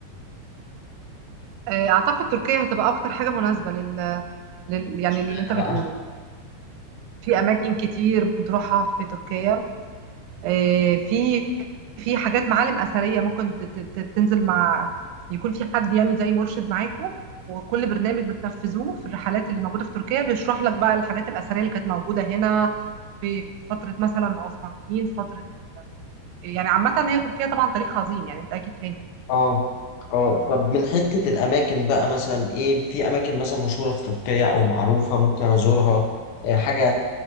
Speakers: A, on the right (about 85°); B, on the left (about 75°).
A: آه، اعتقد تركيا هتبقى اكتر حاجة مناسبة لل... لل يعني
B: اشمعنى
A: اللي انت بتقوله
B: بقى
A: في اماكن كتير بتروحها في تركيا آه، في في حاجات معالم اثرية ممكن ت- ت- ت- تنزل مع يكون في حد يعني زي مرشد معاكو وكل برنامج بتنفذوه في الرحلات اللي موجودة في تركيا بيشرح لك بقى الحاجات الأثرية اللي كانت موجودة هنا في فترة مثلا العثمانيين فترة ال- يعني عامة هي تركيا طبعا تاريخ عظيم يعني انت اكيد فاهم
B: اه اه طب من حته الاماكن بقى مثلا ايه في اماكن مثلا مشهوره في تركيا او معروفه ممكن ازورها إيه حاجه